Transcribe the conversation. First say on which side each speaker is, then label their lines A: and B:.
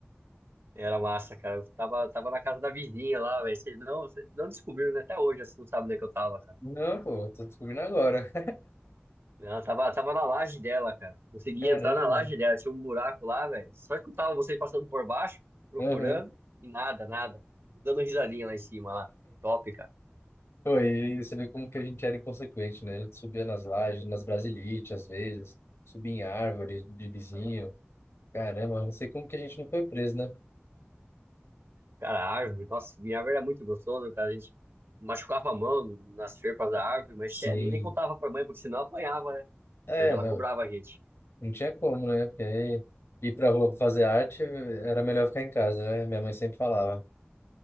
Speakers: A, on the right; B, on the left.
A: era massa, cara. Eu tava, tava na casa da vizinha lá, velho. Vocês não, vocês não descobriram, né? Até hoje, assim, não sabem onde é que eu tava, cara.
B: Não, pô, tô descobrindo agora.
A: Ela tava, tava na laje dela, cara.
B: <laughs>
A: Consegui
B: Caramba.
A: entrar na laje dela, tinha um buraco lá, velho. Só escutava vocês passando por baixo, procurando,
B: Aham.
A: e nada, nada. Dando risadinha lá em cima, lá. Top, cara.
B: Pô, e você vê como que a gente era inconsequente, né? A gente subia nas lajes, nas brasilites às vezes, subia em árvore de vizinho. Caramba, eu não sei como que a gente não foi preso, né?
A: Cara, a árvore, nossa, minha árvore era muito gostosa, cara. A gente machucava a mão nas ferpas da árvore, mas
B: Sim.
A: che- nem, nem contava pra mãe, porque senão apanhava, né?
B: É,
A: Pois ela
B: não,
A: cobrava a gente.
B: não tinha como, né? Porque aí ir pra rua pra fazer arte era melhor ficar em casa, né? Minha mãe sempre falava.